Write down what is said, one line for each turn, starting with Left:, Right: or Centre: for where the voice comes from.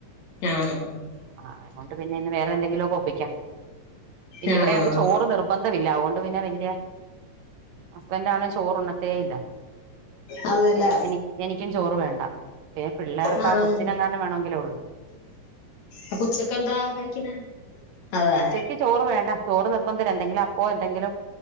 Left: ആഹ് ആഹ് ആഹ്
Right: ആഹ് അത്കൊണ്ട് പിന്നെ ഇന്ന് വേറെ എന്തെങ്കിലൊക്കെ ഒപ്പിക്കാം. ഇനി
Left: ആഹ്
Right: ഇവിടെ അങ്ങ് ചോറ് നിർബന്ധം ഇല്ല അതുകൊണ്ട് പിന്നെ വല്യ ഹസ്ബൻഡാണെ ചോറ് ഉണ്ണത്തേ ഇല്ല
Left: അതെല്ലേ
Right: എ എനി എനിക്കും ചോറ് വേണ്ട പിന്നെ പിള്ളേർക്ക്
Left: ആഹ്
Right: ആ കൊച്ചിനെങ്ങാനും വേണമെങ്കിലേ ഒള്ളു
Left: അപ്പൊ ഉച്ചക്കെന്താ കഴിക്കണെ അതെ
Right: ഉച്ചയ്ക്ക് ചോറ് വേണ്ട ചോറ് നിർബന്ധം എന്തെങ്കിലും അപ്പോ എന്തെങ്കിലും